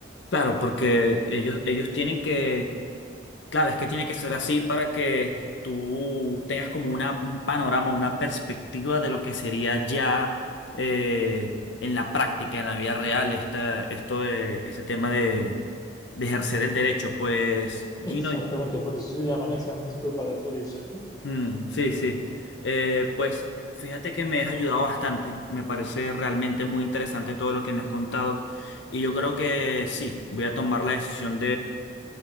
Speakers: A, on the left; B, on the left.
A: Claro, porque ellos, ellos tienen que Claro, es que tiene que ser así para que tú tengas como una, un panorama, una perspectiva de lo que sería ya eh, en la práctica, en la vida real, esta- esto de, este tema de, de ejercer el derecho. Pues, Gino,
B: Exactamente, por eso se llaman exámenes preparatorios.
A: mm, sí, sí. Eh, pues fíjate que me has ayudado bastante. Me parece realmente muy interesante todo lo que me has contado. Y yo creo que sí, voy a tomar la decisión